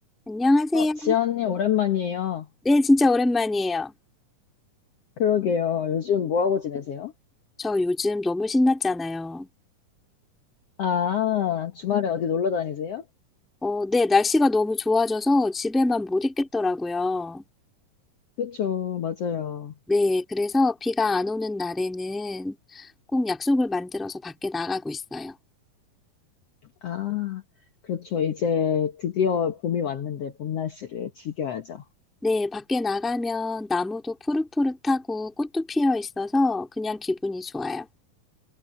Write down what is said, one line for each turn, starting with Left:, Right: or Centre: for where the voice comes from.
Centre: 안녕하세요.
Left: 어, 지연님, 오랜만이에요.
Centre: 네, 진짜 오랜만이에요.
Left: 그러게요. 요즘 뭐하고 지내세요?
Centre: 저 요즘 너무 신났잖아요.
Left: 아, 주말에 어디 놀러 다니세요?
Centre: 어, 네, 날씨가 너무 좋아져서 집에만 못 있겠더라고요.
Left: 그렇죠. 맞아요.
Centre: 네, 그래서 비가 안 오는 날에는 꼭 약속을 만들어서 밖에 나가고 있어요.
Left: 아, 그렇죠. 이제 드디어 봄이 왔는데 봄 날씨를 즐겨야죠.
Centre: 네, 밖에 나가면 나무도 푸릇푸릇하고 꽃도 피어 있어서 그냥 기분이 좋아요.